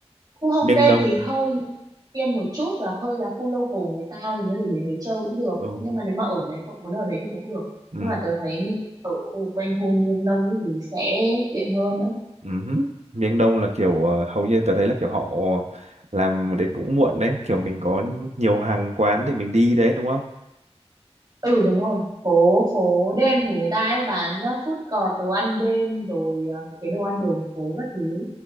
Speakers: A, on the right; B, on the right.
A: Khu Hongdae
B: miền Đông
A: thì hơi tiêm một chút và hơi là khu local người ta. Mình có thể đến đấy chơi cũng được.
B: ừ
A: Nhưng mà nếu mà ở đấy, cậu muốn ở đấy thì cũng được.
B: ừ
A: Nhưng mà tớ thấy mình ở khu quanh khu Miêng Đông ý thì sẽ tiện hơn đó.
B: uh Miền Đông là kiểu ờ, hầu như tớ thấy là kiểu họ làm đến cũng muộn đấy kiểu mình có nhiều hàng quán để mình đi đấy đúng không
A: Ừ đúng rồi. Phố phố đêm của người ta ấy bán uh, food court, đồ ăn đêm rồi uh, mấy cái đồ ăn đường phố các thứ